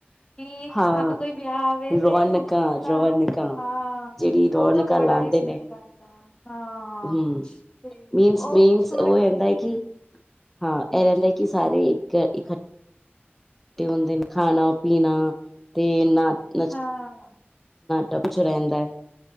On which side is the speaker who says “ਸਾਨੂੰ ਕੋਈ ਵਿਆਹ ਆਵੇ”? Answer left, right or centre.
Left